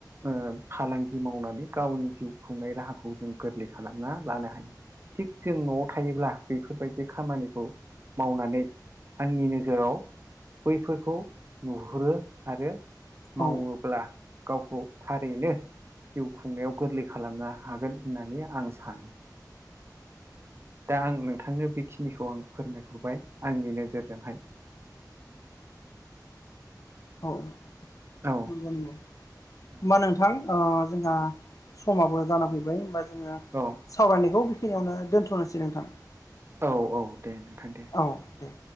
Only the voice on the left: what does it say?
औ
औ नोंगौ
नोंगौ।
होमबा नोंथां ओ जोंहा समाबो जाना फैबाय होमबा जोङो
सावरायनायखौ बेखिनियावनो दोन्थ'नोसै नोंथां।
औ दे।